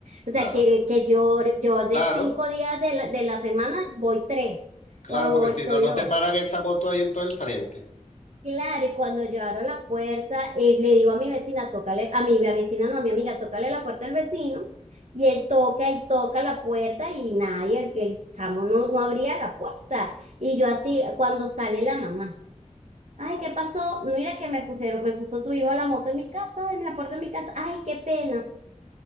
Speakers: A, on the right; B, on the left.
A: O
B: claro,
A: sea, que, que yo, yo de
B: claro,
A: cinco días de la, de la semana voy tres
B: claro,
A: o
B: porque
A: estoy
B: si no, no
A: dos.
B: te paran esa moto ahí en todo el frente.
A: Claro, y cuando yo abro la puerta, eh, le digo a mi vecina, tócale, a mi vecina no, a mi amiga, tócale la puerta al vecino. Y él toca y toca la puerta y nadie, el, el chamo no, no abría la puerta. Y yo así, cuando sale la mamá, ay, ¿qué pasó? Mira que me pusieron, me puso tu hijo la moto en mi casa, en la puerta de mi casa. Ay, qué pena.